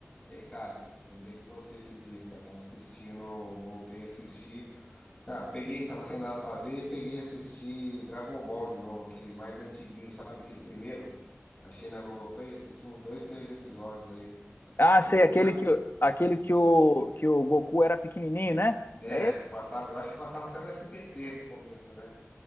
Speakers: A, on the left (about 25°); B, on the left (about 50°).
A: E aí, cara, lembrei de você esses dias, cara. Tava assistindo, voltei a assistir. Ah, peguei, tava sem nada pra ver, peguei e assisti Dragon Ball de novo, aquele mais antiguinho, sabe? Aquele primeiro. Achei na Globoplay, assisti uns dois, três episódios aí.
B: Ah, sei,
A: Como
B: aquele
A: é?
B: que, aquele que o,
A: Pô,
B: que o Goku era pequenininho, né?
A: É,
B: É esse?
A: que passava, eu acho que passava até no SBT no começo, né?